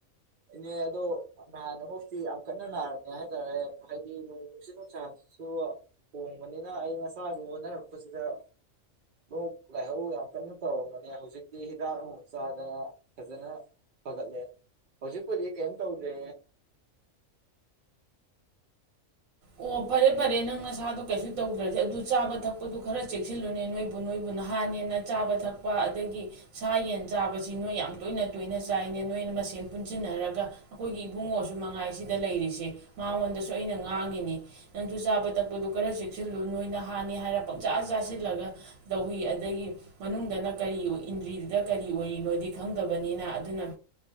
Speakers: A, on the right; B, on the right.
A: ꯏꯅꯦ ꯑꯗꯣ ꯅꯍꯥꯟꯐꯥꯎꯛꯇꯤ ꯌꯥꯝ ꯀꯟꯅ ꯅꯥꯔꯝꯃꯦ ꯍꯥꯏꯇꯥꯔꯦ ꯍꯥꯏꯗꯤ ꯅꯣꯡꯁꯤ ꯅꯨꯡꯁꯥꯁꯨ ꯑꯣ ꯃꯅꯤꯅ ꯑꯩꯩꯅ ꯉꯁꯥ ꯍꯥꯏꯅꯛꯄꯣꯁꯤꯗ ꯑꯗꯨ ꯂꯥꯏꯍꯧ ꯌꯥꯝ ꯀꯟꯅ ꯇꯧꯔꯝꯕꯅꯦ ꯍꯧꯖꯤꯛꯇꯤ ꯍꯤꯗꯥꯛ ꯅꯨꯡ ꯆꯥꯗꯅ ꯐꯖꯅ ꯐꯒꯠꯂꯦ ꯍꯧꯖꯤꯛꯄꯣꯗꯤ ꯀꯦꯟ ꯇꯧꯗ꯭ꯔꯦ
B: ꯑꯣ ꯐꯔꯦ ꯐꯔꯦ ꯅꯪ ꯅꯁꯥꯗꯣ ꯀꯩꯁꯨ ꯇꯧꯗ꯭ꯔꯗꯤꯦ ꯑꯗꯨ ꯆꯥꯕ ꯊꯛꯄꯗꯨ ꯈꯔ ꯆꯦꯛꯁꯤꯜꯂꯨꯅꯦ ꯅꯣꯏꯕꯨ ꯕꯨ ꯅꯣꯏꯕꯨ ꯅꯍꯥꯟ ꯍꯦꯟꯅ ꯆꯥꯕ ꯊꯛꯄ ꯑꯗꯒꯤ ꯁꯥ ꯌꯦꯟ ꯆꯥꯕꯁꯤ ꯅꯣꯏ ꯌꯥꯝ ꯇꯣꯏꯅ ꯇꯣꯏꯅ ꯆꯥꯏꯅꯦ ꯅꯣꯏꯅ ꯃꯁꯦꯟ ꯄꯨꯟꯁꯤꯟꯅꯔꯒ ꯑꯩꯈꯣꯏꯒꯤ ꯏꯕꯨꯡꯉꯣꯁꯨ ꯃꯉꯥꯏꯁꯤꯗ ꯂꯩꯔꯤꯁꯦ ꯃꯉꯣꯟꯗꯁꯨ ꯑꯩꯅ ꯉꯥꯡꯉꯤꯅꯦ ꯅꯪꯁꯨ ꯆꯥꯕ ꯇꯛꯄꯗ ꯈꯔ ꯆꯦꯛꯁꯤꯜꯂꯨ ꯅꯣꯏꯅ ꯍꯥꯟꯅꯤ ꯍꯥꯏꯔ ꯄꯪꯆꯥꯥ ꯆꯥꯁꯤꯜꯂꯒ ꯇꯧꯋꯤ ꯑꯗꯒꯤ ꯃꯅꯨꯡꯗꯅ ꯀꯔꯤ ꯏꯟꯗ꯭ꯔꯤꯗꯨꯗ ꯀꯔꯤ ꯑꯣꯏꯔꯤꯅꯣꯗꯤ ꯈꯪꯗꯕꯅꯤꯅ ꯑꯗꯨꯅ